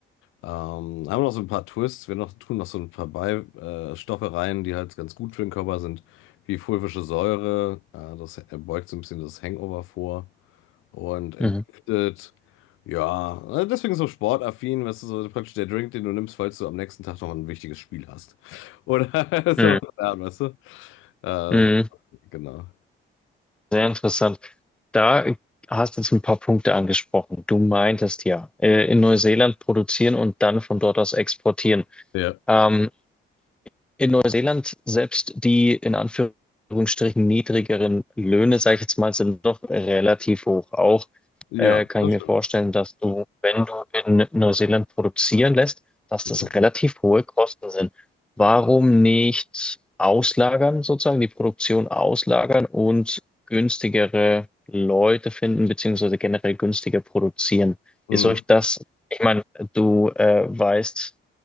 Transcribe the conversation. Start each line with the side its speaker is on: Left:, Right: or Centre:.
Left: Ähm, haben noch so ein paar Twists, wir noch, tun noch so ein paar Beistoffe äh, Stoffe rein, die halt ganz gut für den Körper sind, wie fulvische Säure, äh, das äh, beugt so ein bisschen das Hangover vor und entgiftet.
Centre: Mhm.
Left: Ja, äh, deswegen so sportaffin, weißt du, so praktisch der Drink, den du nimmst, falls du am nächsten Tag noch ein wichtiges Spiel hast. Oder <laughs> so,
Centre: Mhm.
Left: ja, weißt du? Äh, so,
Centre: Mhm.
Left: genau.
Centre: Sehr interessant. Da hast du jetzt ein paar Punkte angesprochen. Du meintest ja, äh, in Neuseeland produzieren und dann von dort aus exportieren.
Left: Ja.
Centre: Ähm, in Neuseeland selbst die in Anführungsstrichen niedrigeren Löhne, sage ich jetzt mal, sind doch relativ hoch. Auch
Left: Ja,
Centre: äh, kann
Left: das
Centre: ich mir
Left: stimmt.
Centre: vorstellen, dass du, wenn du in Neuseeland produzieren lässt, dass
Left: Mhm.
Centre: das relativ hohe Kosten sind. Warum nicht auslagern, sozusagen die Produktion auslagern und günstigere Leute finden, beziehungsweise generell günstiger produzieren?
Left: Mhm.
Centre: Ist euch das, ich meine, du äh, weißt